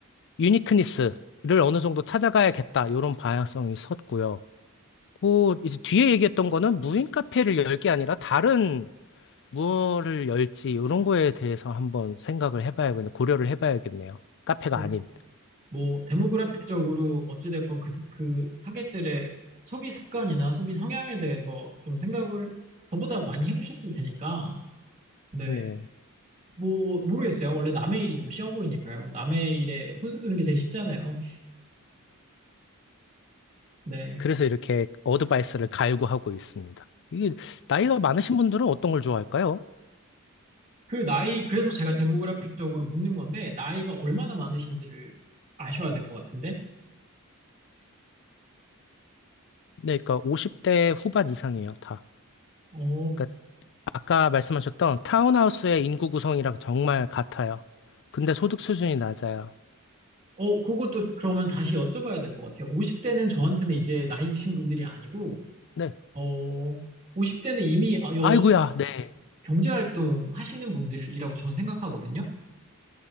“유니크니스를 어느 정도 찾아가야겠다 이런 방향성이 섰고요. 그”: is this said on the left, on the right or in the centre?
Left